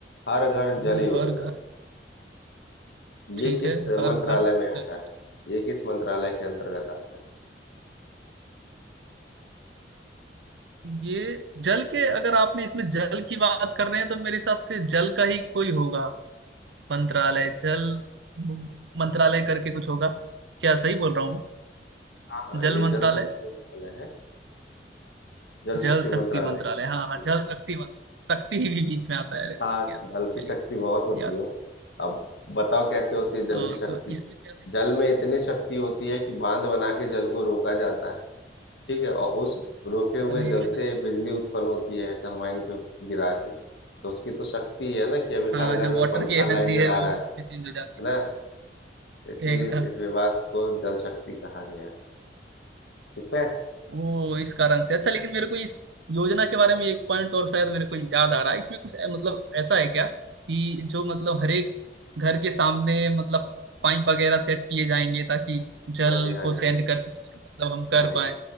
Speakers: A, on the left; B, on the right.
A: हर घर
B: ओ
A: जल योजना
B: हर घर ठीक
A: ये किस
B: है हर
A: मंत्रालय
B: घर
A: में आता
B: जल योजना
A: है ये किस मंत्रालय के अंतर्गत आता है
B: ये जल के अगर आपने इसमें जल की बात कर रहे हैं तो मेरे हिसाब से जल का ही कोई होगा मंत्रालय जल मंत्रालय करके कुछ होगा क्या सही बोल रहा हूँ मैं
A: हाँ हाँ
B: जल
A: ये
B: मंत्रालय
A: जल शक्ति मंत्रालय है जल
B: जल
A: शक्ति मंत्रालय
B: शक्ति मंत्रालय
A: के-
B: हाँ हाँ जल शक्ति मंत्रालय शक्ति ही भी बीच में आता है अरे क्या
A: हाँ
B: था
A: जल
B: चलिए
A: की शक्ति बहुत होती
B: यार
A: है अब बताओ कैसे होती है जल
B: ओ,
A: की
B: तो
A: शक्ति
B: इसमें क्या होगा
A: जल में इतनी शक्ति होती है कि बांध बना के जल को रोका जाता है ठीक है और उस रोके हुए
B: अरे
A: जल
B: एकदम
A: से बिजली उत्पन्न होती है टरबाइन पे गिरा के तो उसकी तो शक्ति है ना कि अभी
B: हाँ
A: हर घर
B: जो
A: में
B: वाटर
A: पंखा
B: की एनर्जी
A: लाइट जला
B: है वो
A: रहा
B: इसमें
A: है
B: चेंज हो जाती
A: है ना तो इसलिए
B: है एकदम
A: इस इस विभाग को जल शक्ति कहा गया है ठीक है
B: वो इस कारण से अच्छा लेकिन मेरे को इस योजना के बारे में एक पॉइंट और शायद मेरे को याद आ रहा है इसमें कुछ ऐ- मतलब ऐसा है क्या कि जो मतलब हर एक घर के सामने मतलब पाइप वगैरह सेट किए जाएंगे ताकि जल
A: हाँ जी हाँ
B: को
A: जी
B: सेंड
A: हाँ जी
B: कर सक- मतलब हम कर
A: हाँ जी
B: पाए